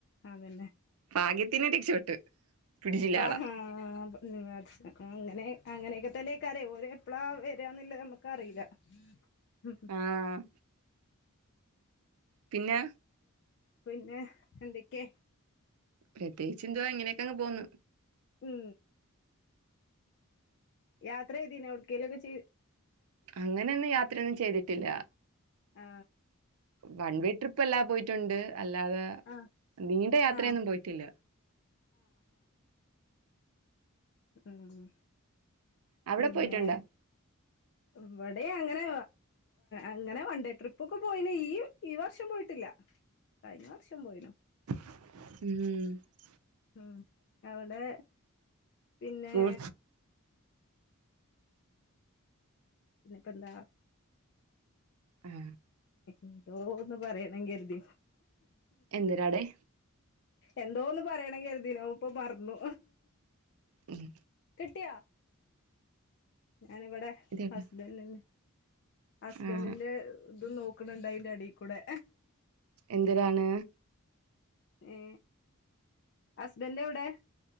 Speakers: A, on the left; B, on the right.
A: അതെന്നെ
B: ഭാഗ്യതിന് രക്ഷപ്പെട്ട് പിടിച്ചില്ല
A: ആ
B: ആളെ
A: ആ <unintelligible> അങ്ങനെ അങ്ങനെതന്നെ അയ്ക്കാരം ഓർ എപ്പളാ വരാന്ന്ള്ളത് നമ്മക്ക് അറീല മ്
B: ആഹ് പിന്നെ
A: പിന്നെ എന്തൊക്കെ
B: പ്രതേകിച്ച് എന്തുവാ ഇങ്ങനെക്കങ്ങ് പോകുന്നു
A: മ് യാത്ര ചെയ്ദീഞ്ഞ ഓട്കെങ്കിലും ചെ
B: അങ്ങനെ ഒന്നും യാത്ര ഒന്നും ചെയ്തിട്ടില്ല
A: ആ
B: കൺവീട്ടർ ഇപ്പൊ പോയിട്ടുണ്ട് അല്ലാതെ
A: ആഹ്
B: നീണ്ട യാത്ര
A: ആഹ്
B: ഒന്നും പോയിട്ടില്ല
A: മ്
B: അവിടെ
A: പിന്നെ
B: പോയിട്ടുണ്ടോ
A: ഇവിടെ അങ്ങനെ അങ്ങനെ വൺഡേ ട്രിപ്പ്‌ ഒക്കെ പോയീണ് ഈ വർഷം പോയിട്ടില്ല കഴിഞ്ഞ വർഷം പോയീന്നു
B: മ്
A: മ് അവിടെ പിന്നെ
B: സ്കൂൾ
A: പിന്നെപെന്താ
B: മ്
A: എന്തോന്ന് പറയണം കരുതീ
B: എന്തിരാടെ
A: എന്തോന്ന് പറയണംന്ന് കർദീനു പ്പോ മറന്നു
B: ഉം
A: കിട്ടിയോ ഞാനിവിടെ
B: ഇതെവിടാ
A: ഹസ്ബൻഡിന് ഹസ്ബൻഡിന്റെ
B: ആഹ്
A: ഇതും നോക്ക്ണ്ണ്ട് അയിന്റ എടീകൂടെ
B: എന്തിരാണ്
A: എ ഹസ്ബൻഡ് എവിടെ